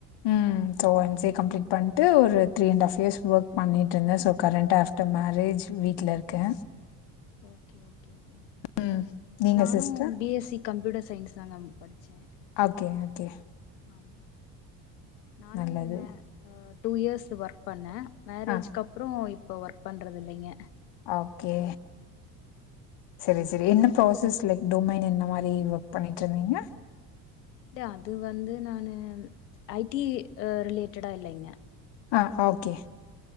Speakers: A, on the left; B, on the left.
A: ம் so M C A complete பண்ட்டு ஒரு three and half years work பண்ணிட்ருந்தே சோ கரண்ட்டா ஆஃப்டர் மேரேஜ் வீட்ல இருக்கே
B: ஓகே ஓகேங்க
A: ம் நீங்க
B: நானு
A: sister
B: B S C computer science தாங்க படிச்சே
A: ஓகே ஓகே
B: ஆமா நானு
A: நல்லது
B: மே அ டூ இயர்ஸ் ஒர்க் பண்ணே மேரேஜ்க்
A: ஆ
B: கப்ரோ இப் இப்போ ஒர்க் பண்றதில்லைங்க
A: ஓகே செரி செரி என்ன ப்ராசெஸ்ல டொமைன் என்ன மாரி ஒர்க் பண்ணிட்ருந்தீங்க
B: இல்லயா அது வந்து நானு ஐ டி அ ரிலேட்டடா இல்லைங்க
A: ஆ ஓகே